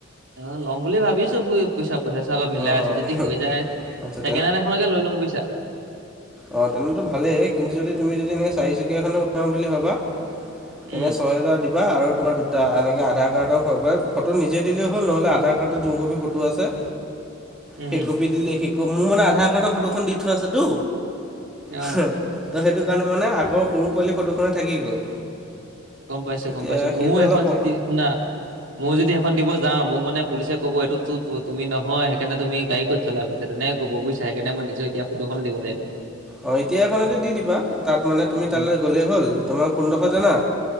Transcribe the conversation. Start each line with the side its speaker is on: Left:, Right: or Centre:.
Right: আ ল'ম বুলি ভাবিছো <unintelligible> বুইছা পইচা-চইচা অলপ মিলাই
Centre: অঁ
Right: আছো যদি হৈ যায়,
Centre: আচ্ছা
Right: চেকেন্ডহেন এখনকে লৈ ল'ম বুইছা।
Centre: অ তেনেহলেটো ভালেই। কিন্তু যদি তুমি যদি এনেকে চাৰিচকীয়াখনো উলিয়াও বুলি ভাবা
Right: উম
Centre: তেনে ছয় হেজাৰ দিবা আৰু তোমাৰ দুটা এনেকে আধাৰ কাৰ্ডৰ ফ ফটো নিজে দিলেও হ'ল, নহ'লে আধাৰ কাৰ্ডত যোন কপি ফটো আছে
Right: উম
Centre: সেই কপি দিলে, সেই কপি, মোৰ মানে আধাৰ কাৰ্ডৰ ফটোখন দি থৈ আছেতো।
Right: অ
Centre: ত' সেইটো কাৰণে মানে আগৰ সৰু পোৱালি ফটোখনে থাকি গ'ল।
Right: গম পাইছো,
Centre: এতিয়া
Right: গম পাইছো। মোৰো
Centre: সেইটো
Right: সেইখন
Centre: অলপ
Right: যদি শুনা মও যদি সেইখন দিব যাওঁ মোক মানে পুলিচে ক'ব এইটো তো তুমি নহয়, সেইকাৰণে তুমি গাড়ী ক'ত চলাই ফুৰিছা তেনেকে ক'ব বুইছা। সেইকাৰণে মই নিজৰ এতিয়া ফটোখনে দিব লাগিব।
Centre: অ, এতিয়া এখনকে দি দিবা, তাত মানে তুমি
Right: উম
Centre: তালৈ গ'লেই হ'ল, তোমাৰ কোনডখৰ জানা?